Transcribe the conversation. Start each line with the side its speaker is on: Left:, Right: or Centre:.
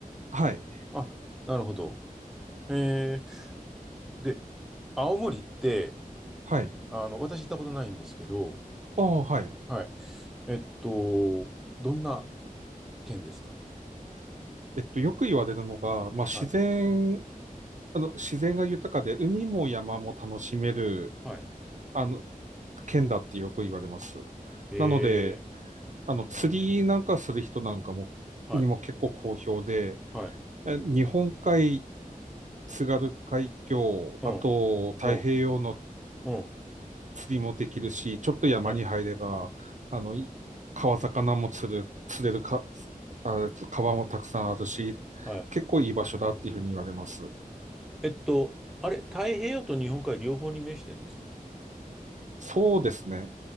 Right: はい。
Centre: あ、なるほど。えー、で、青森って、
Right: はい。
Centre: あの、私行ったことないんですけど、
Right: ああ、はい。
Centre: はい。えっと、どんな県ですか
Right: えっと、よく言われるのが、まあ、自然、
Centre: はい。
Right: あの、自然が豊かで、海も山も楽しめる、
Centre: はい。
Right: あの、県だってよく言われます。
Centre: えー、
Right: なので、あの、釣りなんかする人なんかも、
Centre: はい。
Right: にも結構好評で、
Centre: はい。
Right: え日本海津軽海峡、
Centre: うん。
Right: あと太平洋の
Centre: うん。うん。
Right: 釣りもできるし、ちょっと山に入れば、
Centre: はい。
Right: あの、い川魚も釣る、釣れるか、あ、川もたくさんあるし、
Centre: はい。
Right: 結構いい場所だっていうふうに言われます。
Centre: えっと、あれ、太平洋と日本海両方に面してんですか
Right: そうですね。